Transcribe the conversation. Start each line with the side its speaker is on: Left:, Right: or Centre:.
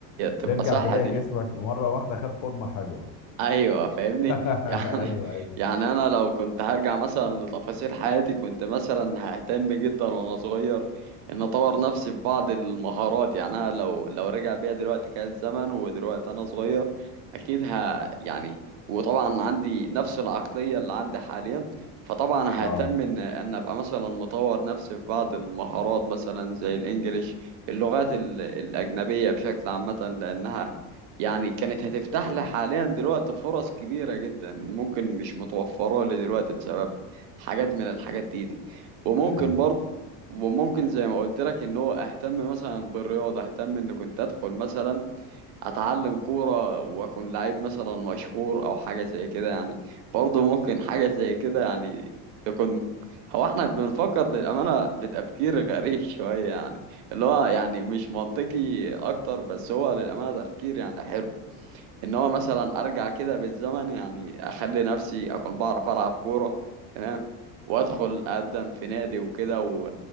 Right: تبقى
Left: ترجع
Right: صحتي
Left: تلاقي جسمك مره واحده خد فورمه حلوه
Right: ايوه فاهمني
Left: <laughs>
Right: <laughs> يعني
Left: ايوه ايوه
Right: يعني انا لو كنت هرجع مثلا لتفاصيل حياتي كنت مثلا ههتم جدا وانا صغير ان اطور نفسي في بعض المهارات يعني انا لو لو رجع بيا دلوقتي كان الزمن ودلوقتي انا صغير اكيد ه يعني وطبعا عندي نفس العقلية اللي عندي حاليا فطبعا ههتم
Left: اه
Right: ان ان ابقى مثلا مطور نفسي في بعض المهارات مثلا زي الانجليش اللغات ال- الاجنبية بشكل عامة لانها يعني كانت هتفتح لي حاليا دلوقتي فرص كبيرة جدا ممكن مش متوفرة لي دلوقتي بسبب حاجات من الحاجات دي دي وممكن
Left: ايوه
Right: برضه وممكن زي ما قلت لك ان هو اهتم مثلا بالرياضة اهتم ان كنت ادخل مثلا اتعلم كورة واكون لعيب مثلا مشهور او حاجة زي كده يعني برضه ممكن حاجة زي كده يعني تكون هو احنا بنفكر للأمانة بتفكير غريب شوية يعني اللي هو يعني مش منطقي اكتر بس هو للأمانة تفكير يعني حلو ان هو مثلا ارجع كده بالزمن يعني اخلي نفسي اكون بعرف العب كوره تمام وادخل اقدم في نادي وكده و...